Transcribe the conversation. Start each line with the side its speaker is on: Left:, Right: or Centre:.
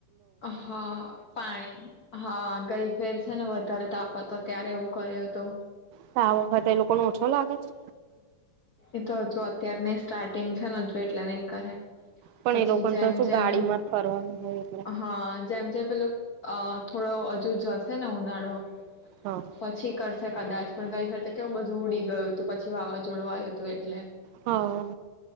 Left: હા પાણી હા ગઈ ફેર છે ને વધારે તાપ પડતો હતો ત્યારે એવું કર્યો હતુ
Right: તો આ વખતે એ લોકો નો ઓછો લાગે છે
Left: એ તો હજુ અત્યાર નઈ સ્ટાર્ટિંગ છે ને હજુ એટલે નઈં કરે
Right: પણ
Left: પછી
Right: એ લોકોને
Left: જેમ
Right: તો શું
Left: જેમ
Right: ગાડીમાં જ ફરવાનું હોય એટલે
Left: હા જેમ જે પેલો અ થોડો હજુ જ શે ને ઉનાળો
Right: હા
Left: પછી કરશે કદાચ પણ ગઈ ફર તો કેવ બધું ઉડી ગયું હતું પછી વાવાઝોડું આવું હતું એટલે
Right: હા